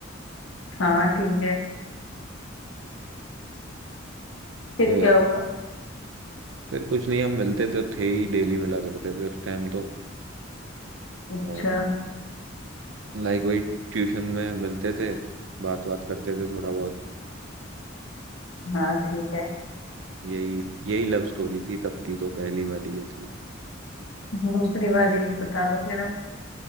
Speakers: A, on the left; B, on the right.
A: हाँ ठीक है फिर
B: फिर
A: क्या हुआ
B: फिर कुछ नहीं हम मिलते तो थे ही डेली मिला करते थे उस टाइम तो और
A: अच्छा
B: लाइक वही ट्यूशन में मिलते थे बात बात करते थे थोड़ा बहुत
A: हाँ ठीक है
B: यही यही लव स्टोरी थी तब की तो पहली वाली जो थी
A: दूसरी वाली बता दो फिर अब